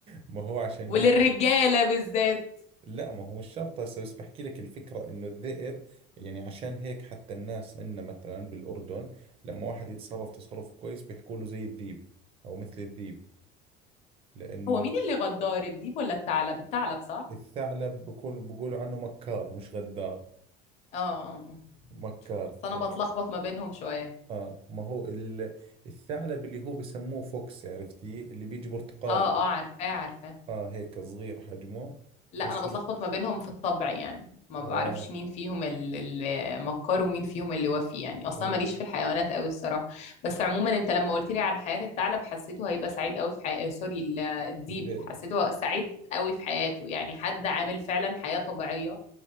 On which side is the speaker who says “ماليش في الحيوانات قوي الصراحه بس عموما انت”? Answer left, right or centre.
Left